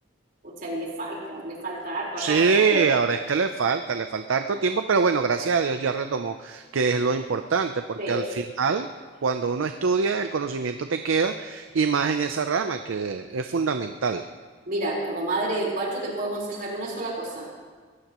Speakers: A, on the right; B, on the right.
A: Pucha, ahí le falta, le falta harto
B: Sí,
A: acá. Yo no sé,
B: ahora es que le falta, le falta harto tiempo, pero bueno, gracias a Dios ya retomó, que es lo importante, porque
A: sí.
B: al final, cuando uno estudia, el conocimiento te queda y más en esa rama, que es fundamental.
A: Mira, como madre de cuatro te puedo aconsejar una sola cosa.